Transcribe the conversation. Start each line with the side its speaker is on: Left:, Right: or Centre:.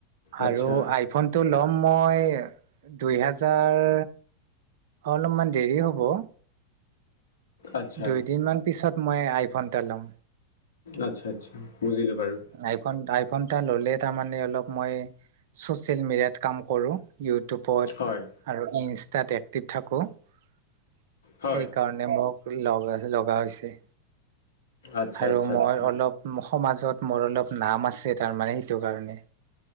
Right: আৰু
Left: আচ্ছা
Right: আইফোনটো ল'ম মই, দুই হাজাৰ। অলপমান দেৰি হ'ব।
Left: আচ্ছা
Right: দুইদিন মান পিছত মই আইফোন এটা ল'ম।
Left: আচ্ছা, আচ্ছা। বুজিলোঁ বাৰু
Right: উফ আইফোনটা ল'লে তাৰমানানে অলপ মই চচিয়েল মিডিয়াত কাম কৰো ইউটিউবত
Left: হয়
Right: আৰু ইন। তাত এক্টিভ থাকোঁ সেইকাৰণে
Left: হয়
Right: মোক লগা লগা হৈছে।
Left: আচ্ছা
Right: আৰু
Left: আচ্ছা
Right: মই
Left: আচ্ছা
Right: অলপ। সমাজত মোৰ অলপ নাম আছে তাৰমানানে সেইটো কাৰণে